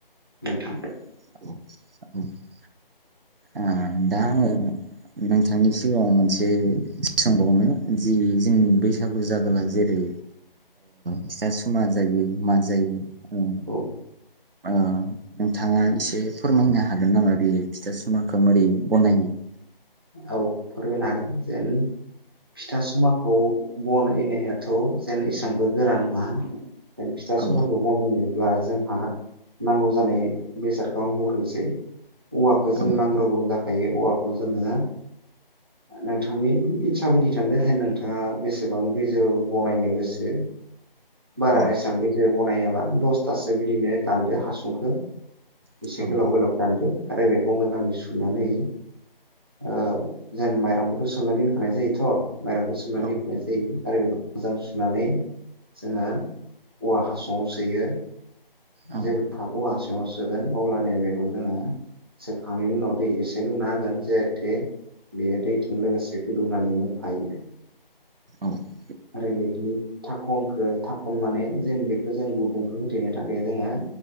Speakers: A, on the right (about 25°); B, on the right (about 70°).
A: नोंथां
B: <unintelligible> <unintelligible> आ दा आङो नोंथांनि सिगाङाव मोनसे सोंबावनो जि जोंनि बैसागु जाबोला जेरै फिथा सुमा जायो मा जायो। ओ
A: औ
B: ओ नोंथाङा एसे फोरमायनो हागोन नामा बे फिथा सुमाखौ मोरै बनायो
A: औ फोरमायनो हागोन जेन फिथा सुमा खौ बनायनायाथ जेन एसांबो गोरा नङा <unintelligible> फिथा
B: औ
A: सुमाखो बनायनो ब्ला जोंहा नांगौ जानाय बेसादखौ आं बुंग्रोनोसै औवाखौ जों
B: औ
A: नांग्रोगौ जागोन। दायो औवाखौ जोङो नोंथांनि इस्सा बायदि दान्दो जे नोंथाङा बेसेबां गोजौ बनायनो गोसो। बारा
B: औ
A: एसां गिदिर बनायाबा दसथासो बिदिनो दानदो हासुंखौ।
B: औ
A: एसे गोलाव गोलाव दानदो। आरो बेखौ मोजाङै सुनानै ओ जेन माइरंखौथ सोना दोनफानाय जायोथ माइरंखौ सोमनानै
B: औ
A: होनाय जायो आरो बेखौ मोजां सुनानै जोङो औवा हासुङाव सोयो।
B: औ
A: जों <unintelligible> खौ हासुङाव सिङाव सोगोन अब्लानिया बेखौ जोङो सोखांनायनि उनाव दै एसे लुना होगोन जाहाथे बेयो दैजों लोगोसे गोदौनानै मोनफायो।
B: औ
A: आरो बेदि थाखनखौ थाखन माने जेन बेखौ जों गुदुंखौ होथेनो थाखाय जोङो